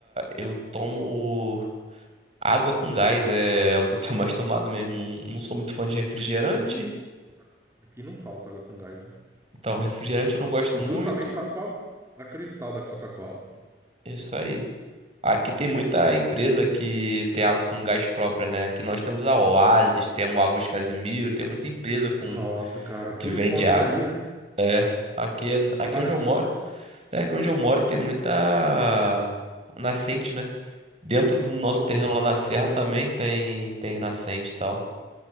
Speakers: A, on the right; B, on the right.
A: eu tomo água com gás, é, é o que eu tenho <laughs> mais tomado mesmo. Não, não sou muito fã de refrigerante,
B: aqui, aqui não falta água com gás, viu?
A: então refrigerante eu não gosto
B: E
A: muito.
B: justamente, sabe qual? A Cristal da Coca-Cola.
A: É isso aí. Aqui tem muita
B: É.
A: empresa que tem água com gás própria, né? Aqui nós temos a Oasis, temos Águas Casimiro, tem muita empresa com
B: Nossa, cara,
A: que
B: tudo
A: vende
B: fonte
A: água.
B: daí, né?
A: É, aqui, é- aqui
B: É baratinho,
A: onde eu moro.
B: né?
A: É que onde eu moro tem muita nascente, né? Dentro do nosso
B: Opa,
A: terreno lá na
B: é
A: serra
B: top,
A: também
B: hein?
A: tem tem nascente e tal.